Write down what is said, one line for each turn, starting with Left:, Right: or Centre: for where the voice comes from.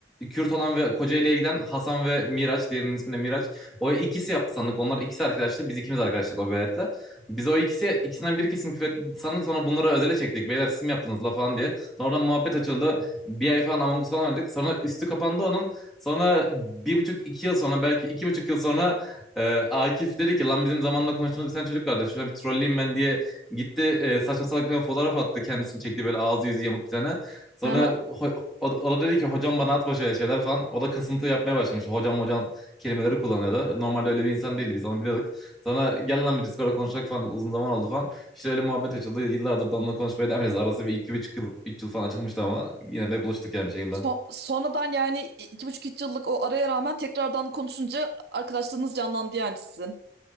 Centre: Kürt olan ve Kocaeli'ye giden Hasan ve Miraç. Diğerinin ismi de Miraç. O ikisi yaptı sandık. Onlar ikisi arkadaştı. Biz ikimiz arkadaştık o veletle. Biz o ikisi ikisinden biri kesin küfür etti sandık. Sonra bunları özele çektik. Beyler siz mi yaptınız la falan diye. Sonra oradan muhabbet açıldı. Bir ay falan Among Us falan oynadık. Sonra üstü kapandı onun. Sonra bir buçuk iki yıl sonra belki iki buçuk yıl sonra e, Akif dedi ki lan bizim zamanında konuştuğumuz bir tane çocuk vardı. Şuna bir trolleyim ben diye gitti e, saçma salak bir tane fotoğraf attı kendisini çekti böyle ağzı yüzü yamuk bir tane. Sonra
Right: ha.
Centre: ho- o, da o da dedi ki hocam bana atma şöyle şeyler falan. O da kasıntı yapmaya başlamış. Hocam hocam kelimeleri kullanıyordu. Normalde öyle bir insan değildi biz onu biliyorduk. Sonra gel lan bir Discord'a konuşacak falan uzun zaman oldu falan. İşte öyle muhabbet açıldı. Yıllardır da onunla konuşmaya devam ediyoruz. Arası bir iki üç yıl, üç yıl falan açılmıştı ama yine de buluştuk yani bir şekilde.
Right: So- sonradan yani e, iki buçuk üç yıllık o araya rağmen tekrardan konuşunca arkadaşlarınız canlandı yani sizin.